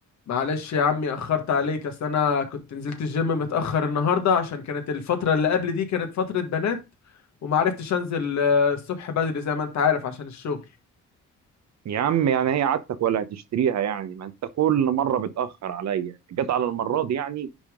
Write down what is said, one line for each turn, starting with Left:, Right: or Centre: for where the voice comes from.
Left: معلش يا عمي اخرت عليك اصل انا كنت نزلت الجيم متاخر النهارده عشان كانت الفتره اللي قبل دي كانت فتره بنات وما عرفتش انزل آه، الصبح بدري زي ما انت عارف عشان الشغل
Right: يا عم يعني هي عادتك ولا هتشتريها يعني ما انت كل مرة بتأخر عليا جت على المرة دي يعني